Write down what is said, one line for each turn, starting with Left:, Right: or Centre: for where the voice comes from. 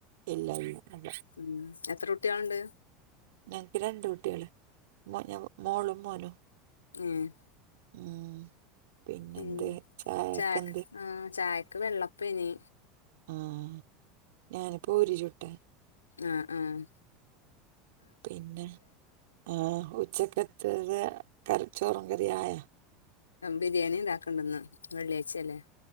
Right: ഇല്ല ഇല്ല അല്ല
Left: ഉം. എത്ര കുട്ടിയാള്ണ്ട്?
Right: ഞങ്‌ക്ക് രണ്ട് കുട്ടിയാള്. ഞ മോളും മോനും.
Left: ഏ.? !
Right: ഉം. പിന്നെന്ത്
Left: പി,
Right: ചായക്കെന്ത്
Left: ചാ, ആ.. ചായക്ക് വെള്ളപ്പേയ്നി.
Right: ആഹ്. ഞാന് പൂരി ചുട്ടേ.
Left: ആഹ്, ആഹ്.
Right: പിന്നെ, ആ ഉച്ചക്കത്തെത് കറി, ചോറും കറി ആയോ?
Left: ബിരിയാണി ണ്ടാക്ക്‌ണ്ട് ന്ന്. വെള്ളിയാഴ്ച അല്ലേ. !